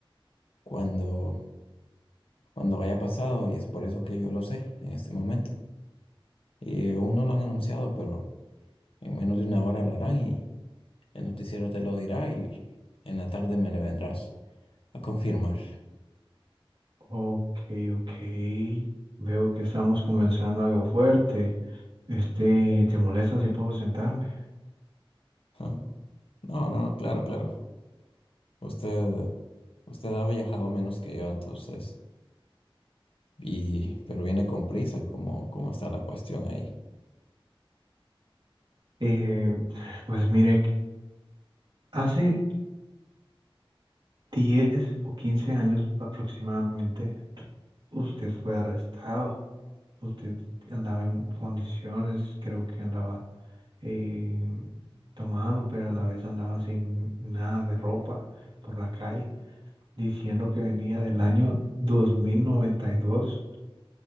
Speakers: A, on the left (about 75°); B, on the right (about 55°).
A: cuando cuando haya pasado y es por eso que yo lo sé en este momento. Y aún no lo han anunciado, pero en menos de una hora hablarán y el noticiero te lo dirá y en la tarde me le vendrás a confirmar.
B: Ok, ok. Veo que estamos comenzando algo fuerte. Este, ¿te molesta si puedo sentarme?
A: <laughs> Ajá. No, no, claro, claro. Usted, usted ha viajado menos que yo entonces, y, pero viene con prisa, ¿cómo, cómo está la cuestión ahí?
B: Eh, pues mire. Hace 10 o 15 años aproximadamente, usted fue arrestado, usted andaba en condiciones, creo que andaba eh, tomado, pero a la vez andaba sin nada de ropa por la calle, diciendo que venía del año 2092.